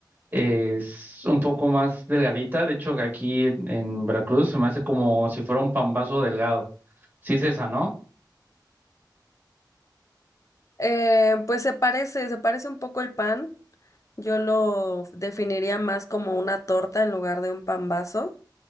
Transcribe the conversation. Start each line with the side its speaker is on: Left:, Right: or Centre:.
Right: es un poco más delgadita. De hecho, que aquí en, en Veracruz se me hace como si fuera un pambazo delgado. Sí es esa, ¿no?
Left: Eh, pues se parece, se parece un poco el pan. Yo lo definiría más como una torta en lugar de un pan vaso.